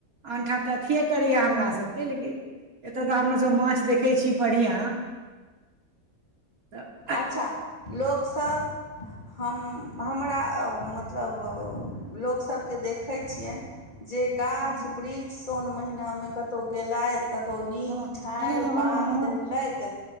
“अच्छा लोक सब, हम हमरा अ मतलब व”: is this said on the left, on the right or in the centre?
Left